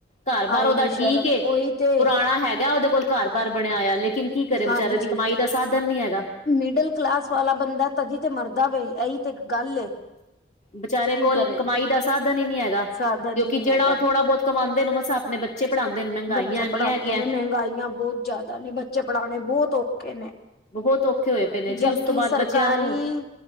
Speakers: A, on the left (about 40°); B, on the left (about 55°).
A: ਘਰ ਬਾਰ
B: ਆਏਗੀ
A: ਉਹਦਾ
B: ਸ਼ਰਮ
A: ਠੀਕ ਏ
B: ਉਹੀ ਤੇ
A: ਪੁਰਾਣਾ ਹੈਗਾ ਉਹਦੇ ਕੋਲ ਘਰ ਬਰ ਬਣਿਆ ਹੋਇਆ ਲੇਕਿਨ ਕੀ ਕਰੇ
B: ਹਾਂਜੀ
A: ਵਿਚਾਰੇ ਦੀ ਕਮਾਈ ਦਾ ਸਾਧਨ ਨੀ ਹੈਗਾ।
B: ਮਿਡਲ ਕਲਾਸ ਵਾਲਾ ਬੰਦਾ ਤਦੀ ਤੇ ਮਰਦਾ ਵੇ ਇਹੀ ਤੇ ਗੱਲ ਏ।
A: ਵਿਚਾਰੇ
B: ਕੀ
A: ਕੋਲ
B: ਕਰੇ
A: ਕਮਾਈ ਦਾ ਸਾਧਨ ਹੀ ਨੀ ਹੈਗਾ
B: ਸਾਧਨ
A: ਕਿਉਂਕਿ
B: ਹੀ ਨੀ
A: ਜਿਹੜਾ
B: ਹੈਗਾ
A: ਉਹ ਥੋੜਾ ਬਹੁਤ ਕਮਾਂਦੇ ਨੇ ਓ ਮਸਾ ਆਪਣੇ ਬੱਚ ਪੜਾਂਦੇ ਨੇ। ਮਹਿੰਗਾਈਆਂ
B: ਬੱਚੇ
A: ਇੰਨੀਆਂ
B: ਪੜ੍ਹਾਂਦੇ
A: ਹੈਗੀਆਂ
B: ਨੇ ਮਹਿੰਗਾਈਆਂ ਬਹੁਤ ਜ਼ਿਆਦਾ ਨੇ ਬੱਚੇ ਪੜ੍ਹਾਣੇ ਬਹੁਤ ਔਖੇ ਨੇ।
A: ਬਹੁਤ ਔਖੇ ਹੋਏ ਪਏ ਨੇ ਜੀ
B: ਜਦ
A: ਉਸ ਤੋਂ
B: ਕੀ
A: ਬਾਅਦ
B: ਸਰਕਾਰੀ
A: ਬੱਚਿਆਂ ਨੂੰ